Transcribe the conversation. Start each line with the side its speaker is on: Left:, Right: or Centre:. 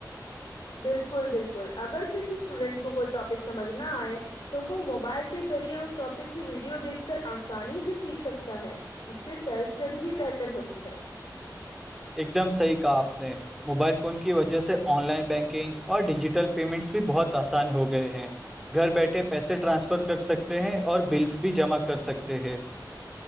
Left: بالکل بالکل اگر کسی اسٹوڈینٹ کو کوئی ٹاپک سمجھ نہ آئے تو وہ موبائل کے ذریعے اس ٹاپک کی ویڈیو دیکھ کر آسانی سے سیکھ سکتا ہے اس سے سیلف اسٹڈی بھی بہتر ہوتی ہے
Centre: ایک دم صحیح کہا آپ نے موبائل فون کی وجہ سے آن لائن بینکنگ اور ڈیجیٹل پیمنٹس بھی بہت آسان ہو گئے ہیں گھر بیٹھے پیسے ٹرانسفر کر سکتے ہیں اور بلس بھی جمع کر سکتے ہیں